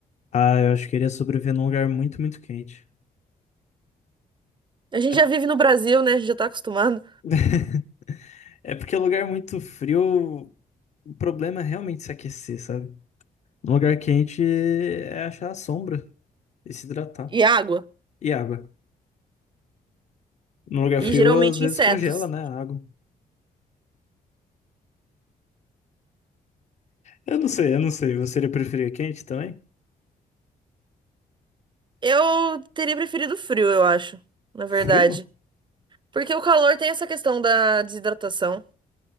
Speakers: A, on the left (about 50°); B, on the right (about 30°).
A: Ah, eu acho que ele ia sobreviver num lugar muito, muito quente.
B: A gente
A: É
B: já vive no Brasil, né? A gente já tá acostumado.
A: <laughs> é porque lugar muito frio, o problema é realmente se aquecer, sabe? Um lugar quente é achar a sombra. E se hidratar.
B: E água.
A: E água. Num lugar
B: E
A: frio,
B: geralmente
A: às vezes
B: insetos.
A: congela, né? A água. Eu não sei, eu não sei. Você iria preferir quente também?
B: Eu teria preferido frio, eu acho. Na verdade.
A: Frio?
B: Porque o calor tem essa questão da desidratação.